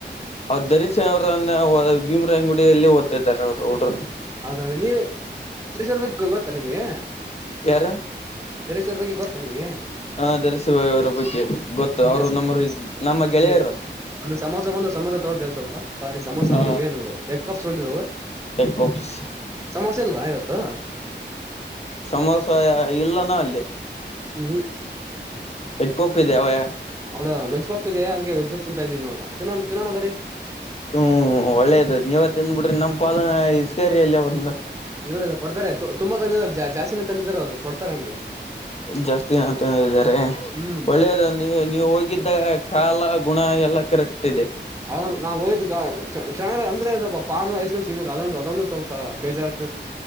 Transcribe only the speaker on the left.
ಅವ್ ದಧರಿಸರಿಸ ಅವ್ರನ್ನ ಭೀಮರಂಗುಡಿಯಲ್ಲಿ ಓದ್ತಾಿದ್ದಾರೆಾರೆ ಅವರು ಹಡ್ರರು
ಯಾರ
ಹಾ ಧರಿಸಿುವವರ ಬಗ್ಗೆ ಗೊತ್ತು ಅವ್ರು
ನಮ್ಮ್ರ
ನಮ್ಮ ಗೆಳೆಯರು
ಹ
ಎಗ್ ಪಪ್ಸ್
ಸಮೋಸ ಇಲ್ಲನ ಅಲ್ಲಿ
ಎಕ್ಕೊಪ್ಪಿದೆ ಅವಯ
ಹ್ಮ್ ಒಳ್ಳೇದ ನೀವ್ತ್ತನ್ ಬಿಡ್ರಿ ನಮ್ಮ ಪಾಾಲ ಇಸಕೇರಿ ಅಲ್ಲಿಯ ಒಂದ
ಜಾಸ್ತಿತ ಇದಿದ್ದಾರೆ...
ಒಳ್ಳೇದು ನೀ ನೀವು ಹೋಗಿದ್ದ ಕಾಲ ಗುಣ ಎಲ್ಲ... ಕರೆಕ್ಟ್ ಇದೆ